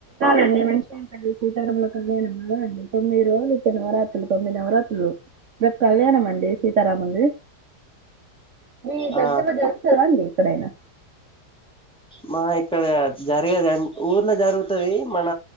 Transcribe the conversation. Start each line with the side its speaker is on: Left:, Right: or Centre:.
Right: ఎండి మష సీతారాముల కళ్యాణం అలా అండి తొమ్మిది రోజు ఇచ్చ నవరాత్రులు తొమ్మిది నవరాత్రులు రేపు కళ్యాణం అండి సీతారాముల్లు ది మీ
Centre: ఆ
Right: దగ్గరలో జరుగుతారా అండి క్కడైనా
Centre: మా ఇక్కడ జరగది అ ఊర్లో జరుగుతుది మన